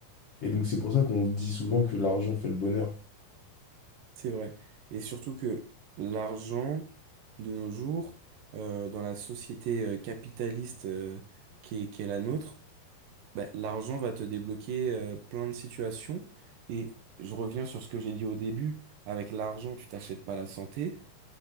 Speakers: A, on the left; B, on the right.
A: Et donc, c'est pour ça qu'on dit souvent que l'argent fait le bonheur.
B: c'est vrai. Et surtout que l'argent, de nos jours, euh, dans la société euh, capitaliste euh, qui est, qui est la nôtre, Bah, l'argent va te débloquer euh, plein de situations. Et je reviens sur ce que j'ai dit au début. Avec l'argent, tu t'achètes pas la santé.